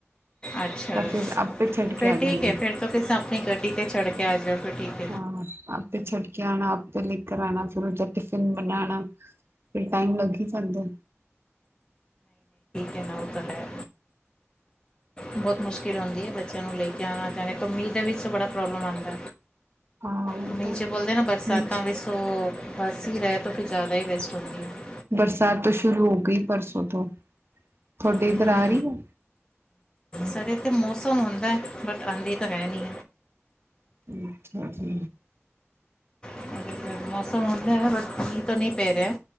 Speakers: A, on the left; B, on the right.
A: ਅੱਛਾ
B: ਤਾਂ ਫਿਰ ਆਪੇ ਛੱਡ ਕੇ
A: ਫਿਰ
B: ਆ ਜਾਂਦੇ।
A: ਠੀਕ ਏ ਫੇਿਰ ਤੁਸੀਂ ਕਿਸੇ ਆਪਣੀ ਗੱਡੀ ਤੇ ਚੜ੍ਹ ਕੇ ਆ ਜਾਓ ਫਿਰ ਠੀਕ।
B: ਹਾਂ ਆਪੇ ਛਡਕੇ ਆਣਾ ਆਪੇ ਲੈ ਕਰ ਆਨਾ ਫਿਰ ਟਿਫਿਨ ਬਨਾਣਾ ਫਿਰ ਟਾਈਮ ਲੱਗੀ ਜਾਂਦਾ
A: ਹੈ ਨਾ ਉਹ ਤਾਂ ਹੈ ਬਹੁਤ ਮੁਸ਼ਕਿਲ ਹੁੰਦੀ ਏ। ਬੱਚਿਆਂ ਨੂੰ ਲੈ ਕੇ ਆਨਾ ਜਿਵੇਂ ਮੀਹ ਦੇ ਵਿਚ ਬੜਾ ਪ੍ਰੋਬਲਮ ਆਂਦਾ
B: ਹਾਂ ਉਹ
A: ਦਾ
B: ਤਾਂ
A: ਬੱਚੇ
B: ਹੈ
A: ਬੋਲਦੇ ਨਾ ਬਰਸਾਤਾਂ ਵਿਚ ਸੋ ਬਸ ਹੀ ਰਹਿ ਤੋਂ ਫਿਰ ਜ਼ਿਆਦਾ ਹੀ ਬੈਸਟ ਹੁੰਦੀ ਏ-
B: ਬਰਸਾਤ ਤੇ ਸ਼ੁਰੂ ਹੋ ਗਈ ਪਰਸੋਂ ਤੋ ਤੁਹਾਡੇ
A: ਹੈ
B: ਇੱਧਰ ਆ ਰਹੀ ਏ
A: ਸਾਡੇ ਇਥੇ ਮੌਸਮ ਹੁੰਦਾ ਬਟ ਆਦੀ ਤਾ ਹੈ। ਨੀ।
B: ਅਛਾ ਜੀ
A: ਸਾਡੇ ਤੇ ਮੌਸਮ ਹੋਦਾ ਏ। ਬਸ ਠੀਕ ਕਿੱਥੇ ਮੀਂਹ ਪੈ ਰਿਹਾ